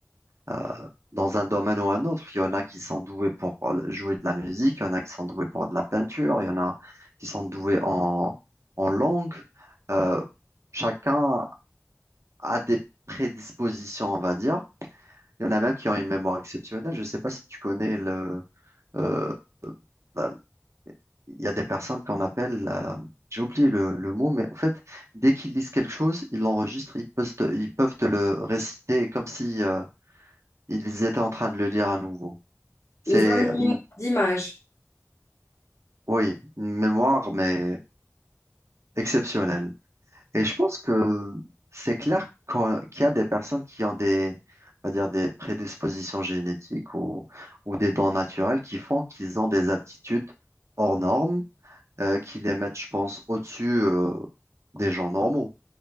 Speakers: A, on the right; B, on the left.
A: euh, euh, dans un domaine ou un autre. Il y en a qui sont doués pour jouer de la musique, il y en a qui sont doués pour de la peinture, il y en a qui sont doués en, en langue. Euh, chacun a des prédispositions, on va dire. Il y en a même qui ont une mémoire exceptionnelle. Je ne sais pas si tu connais le... euh, la- il y a des personnes qu'on appelle... euh, j'ai oublié le, le mot, mais en fait, dès qu'ils lisent quelque chose, ils l'enregistrent, ils peuvent te, ils peuvent te le réciter comme si euh, ils étaient en train de le lire à nouveau. C'est
B: Ils ont une image
A: une,
B: d'image.
A: Oui, une mémoire, mais exceptionnelle. Et je pense que c'est clair qu'on- qu'il y a des personnes qui ont des, on va dire, des prédispositions génétiques ou, ou des dons naturels qui font qu'ils ont des aptitudes hors normes, euh, qui les mettent, je pense, au-dessus, euh, des gens normaux.